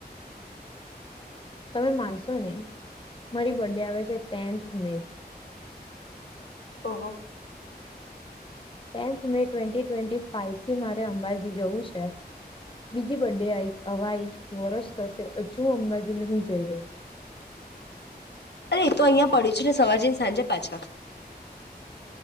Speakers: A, on the left; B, on the left.
A: તમે માનશો નને મારી બર્ ડે આવે છે tenth May
B: oh
A: tenth May twenty twenty ફાઈથી મારે અંબાજી જવું છે બીજી બે આઈ અવાઈ વરષ થશે હજુ અંબાજી નહી જઈ રહી
B: અરે તો અહિયાં પડી છું ને સવાજ ની સાંજે પાછા